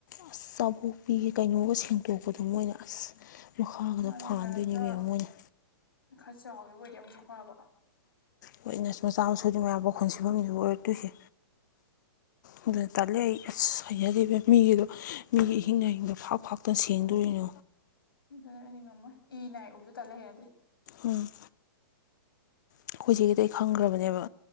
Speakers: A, on the left (about 50°); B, on the left (about 70°).
A: ꯑꯁ ꯆꯥꯕꯣꯛꯄꯤꯒꯤ ꯀꯩꯅꯣꯒ ꯁꯦꯡꯗꯣꯛꯄꯗꯣ ꯃꯣꯏꯅ ꯑꯁ ꯃꯈꯥꯒꯗꯣ
B: ꯃꯥꯅꯦ
A: ꯐꯥꯟꯗꯣꯏꯅꯦ
B: ꯅꫪꯁꯇꯣ
A: ꯏꯕꯦꯝꯃ ꯃꯣꯏꯅ
B: ꯈꯔ ꯆꯥꯎꯋꯦꯕ ꯑꯣꯏꯗꯤ ꯑꯃꯨꯛꯁꯨ ꯐꯕ
A: ꯍꫭꯏ ꯅꫪꯁꯨꯃꯆꯥ ꯃꯁꯨꯗꯤ ꯃꯌꯥꯝ ꯄꯥꯈꯣꯟꯁꯤꯐꯝꯅꯤ ꯑꯣꯏꯔꯛꯇꯣꯏꯁꯦ ꯑꯗꯨꯅ ꯇꯥꯜꯂꯦ ꯑꯩ ꯑꯁ ꯍꯩꯅꯗꯦ ꯏꯕꯦꯝ ꯃꯤꯒꯤꯗꯣ ꯃꯤꯒꯤ ꯏꯍꯤꯡ ꯅꯍꯤꯡꯗꯣ ꯐꯥꯛ ꯐꯥꯛꯇꯅ ꯁꯦꯡꯗꯣꯅꯤ <unintelligible>
B: ꯑꯗꯨꯅ ꯑꯩꯗꯤ ꯉꯝꯃꯣꯏ ꯏ ꯅꯥꯏ ꯎꯕꯁꯨ ꯇꯜꯂꯦ ꯍꯩꯅꯗꯦ
A: ꯎꯝ ꯑꯩꯈꯣꯏꯁꯦꯒꯤꯗ ꯑꯩ ꯈꯪꯈ꯭ꯔꯕꯅꯦꯕ